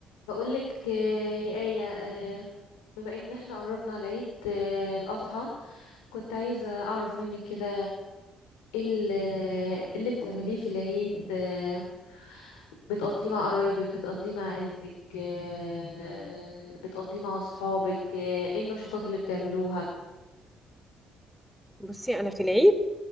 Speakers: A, on the left; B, in the centre.
A: بقولك آه، يا آية آه، بما ان احنا قربنا على عيد آه، الأضحى كنت عايزة أعرف منك كده ايه ال- آه، اللي بتعمليه في العيد آه، بتقضيه مع قرايبك بتقضيه مع عيلتك آه، بتقضيه مع أصحابك آه، ايه النشاطات اللي بتعملوها
B: بصي انا في العيد